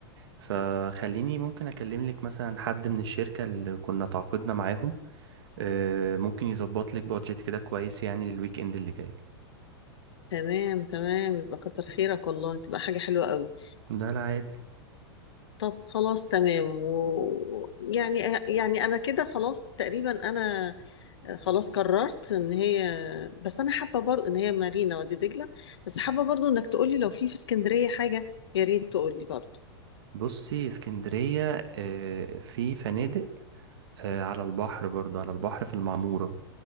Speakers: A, on the right; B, on the left.
A: فخليني ممكن اكلم لك مثلا حد من الشركه اللي كنا تعاقدنا معاهم آه، ممكن يظبط لك بادجت كده كويس يعني للويك اند اللي جاي
B: تمام تمام يبقى كتر خيرك والله تبقى حاجة حلوة قوي
A: ده لا عادي
B: طب خلاص تمام و... يعني يعني انا كده خلاص تقريبا انا خلاص قررت ان هي بس انا حابه برضه ان هي مارينا وادي دجله بس حابه برضه انك تقولي لو في في اسكندريه حاجه يا ريت تقولي برضه
A: بصي اسكندريه آه، في فنادق آه، على البحر برضو على البحر في المعمورة